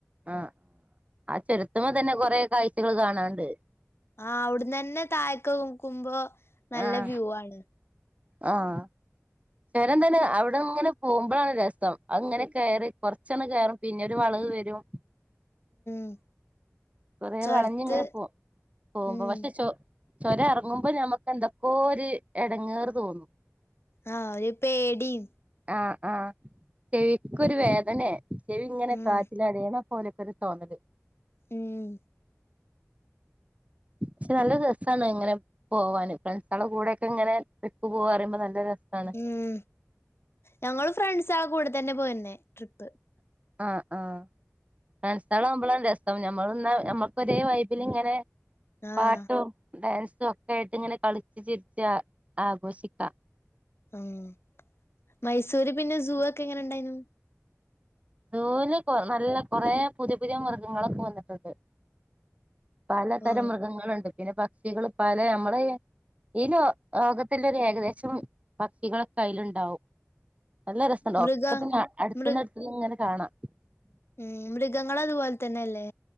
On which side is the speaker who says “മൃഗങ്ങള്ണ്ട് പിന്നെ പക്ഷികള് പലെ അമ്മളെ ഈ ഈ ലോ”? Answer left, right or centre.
Right